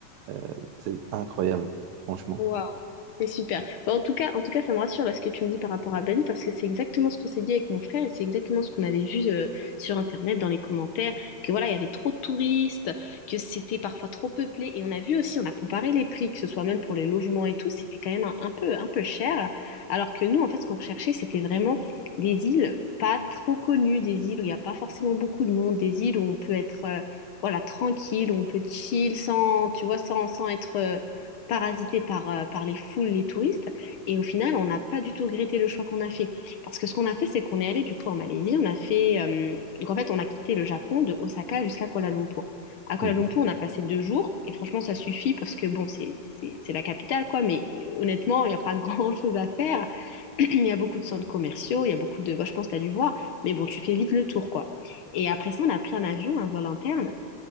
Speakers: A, on the right; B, on the left.
A: euh, c'est incroyable, franchement.
B: Wow. C'est super. Bon, en tout cas, en tout cas, ça me rassure là ce que tu me dis par rapport à Bali parce que c'est exactement ce qu'on s'est dit avec mon frère et c'est exactement ce qu'on avait vu euh, sur Internet dans les commentaires que voilà, il y avait trop de touristes, que c'était parfois trop peuplé et on a vu aussi, on a comparé les prix, que ce soit même pour les logements et tout, c'était quand même un, un peu un peu cher alors que nous en fait ce qu'on recherchait c'était vraiment des îles pas trop connues, des îles où il n'y a pas forcément beaucoup de monde, des îles où on peut être euh, voilà, tranquille, où on peut chill sans, tu vois, sans, sans être euh, parasité par, euh, par les foules, les touristes. Et au final, on n'a pas du tout regretté le choix qu'on a fait. Parce que ce qu'on a fait, c'est qu'on est allé du coup en Malaisie. On a fait. euh, Donc en fait, on a quitté le Japon de Osaka jusqu'à Kuala Lumpur. À Kuala
A: Mhm,
B: Lumpur, on a passé deux jours. Et franchement, ça suffit parce que bon, c'est c'est- c'est la capitale, quoi. Mais euh, honnêtement, il n'y a pas <laughs> grand-chose à faire. <clears throat> Il y a beaucoup de centres commerciaux. Il y a beaucoup de. bah, je pense que tu as dû voir. Mais bon, tu fais vite le tour, quoi. Et après ça, on a pris un avion, un vol interne